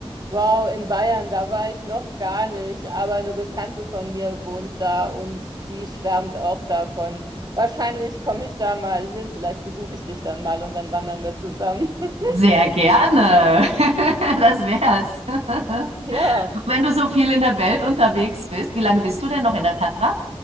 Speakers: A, on the right; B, on the right.
A: Wow, in Bayern, da war ich noch gar nicht, aber eine Bekannte von mir wohnt da und die schwärmt auch davon. Wahrscheinlich komme ich da mal hin, vielleicht besuche ich dich dann mal und dann wandern wir zusammen. <laughs>
B: Sehr gerne. <laughs> Das wär's. <laughs>
A: Ja,
B: Wenn du so viel in der Welt unterwegs bist, wie lange bist du denn noch in der Tatra?